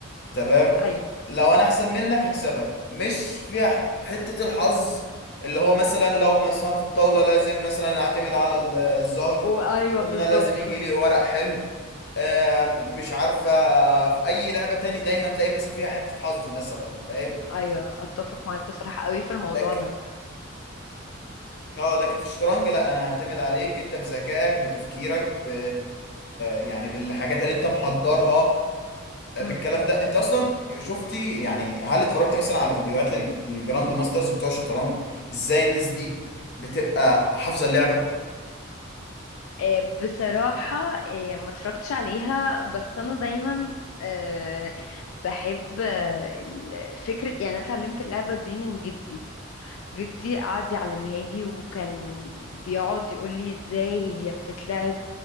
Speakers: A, on the left; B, on the left.
A: تمام
B: ايوه
A: لو انا احسن منك هكسبك مش فيها ح- حتة الحظ اللي هو مثلا لو مثلا في الطاولة لازم مثلا اعتمد على ال- الزهر
B: وايوه
A: في الضمنة
B: بالظبط
A: لازم يجي لي ورق حلو آم، مش عارفة في اي لعبة تاني دايما تلاقي مثلا فيها حتة حظ مثلا فاهم
B: ايوه اتفق معاك بصراحه قوي في الموضوع
A: لكن
B: ده
A: اه لكن في الشطرنج لا انا هعتمد عليك انت بذكائك بتفكيرك ب... يعني بالحاجات اللي انت محضرها بالكلام
B: امم
A: ده انت اصلا شفتي يعني هل اتفرجتي مثلا على فيديوهات لل- للجراند ماسترز بتوع الشطرنج ازاي الناس دي بتبقى حافظه اللعبه
B: آه، بصراحه آه، ما اتفرجتش عليها بس انا دايما آه، بحب آه، ال- فكره يعني انا اتعلمت اللعبه دي من جدي جدي قعد يعلمها لي وكان بيقعد يقول لي ازاي هي بتتلعب